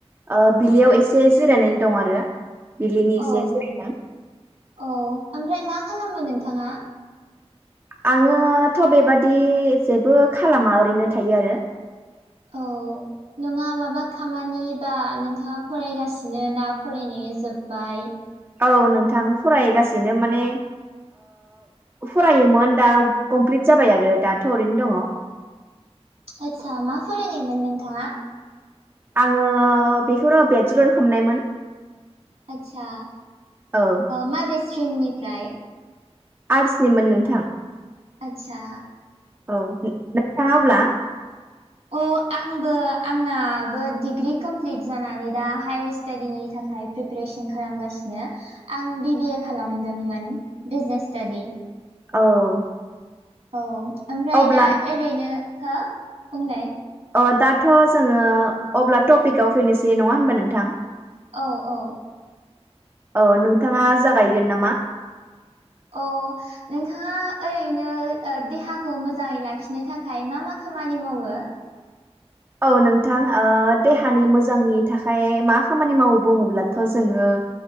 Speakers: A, on the right (about 20°); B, on the right (about 70°).
A: अ बिलियाव एसे जिरायनानै दं आरो बिलिनि एसे
B: औ
A: जिरायदों
B: औ ओमफ्राय मा खालामो नोंथाङा
A: आङोथ बेबादि जेबो खालामा ओरैनो थायो आरो
B: औ नङा माबा खामानि बा नोंथाङा फरायगासिनो ना फरायनाया जोब्बाय
A: औ नोंथां फरायगासिनो माने फरायोमोन दा कमप्लिट जाबाय आरो दाथ ओरैनो दङ
B: आदसा मा फरायनायमोन नोंथाङा
A: आङो बेखौनो बेयेसेलर खालानायमोन
B: आदसा
A: औ
B: माबे ओ स्ट्रिमनिफ्राय
A: आर्टसनिमोन नोंथां
B: आतसा
A: औ नोंथाङा अब्ला
B: अ आं आंबो आंनाबो डिग्रि कमप्लिट जानानै दा हायार स्टाडिनि थाखाय प्रिपेरेसन खालामगासिनो आं बिबिए खालामदोंमोन बिजनेस स्टाडि
A: औ
B: औ ओमफ्राय
A: अब्ला
B: दा ओरैनो हो बुंनाय
A: अ दाथ जोङो अब्ला टपिकआव फैनोसै नङा होनबा नोंथां
B: औ औ
A: औ नोंथाङा जागायगोन नामा?
B: अ नोंथाङा ओरैनो देहाखौ मोजाङै लाखिनो थाखाय मा मा खामानि मावो?
A: औ नोंथां ओ देहानि मोजांनि थाखाय मा खामानि मावो बुङोब्लाथ जोङो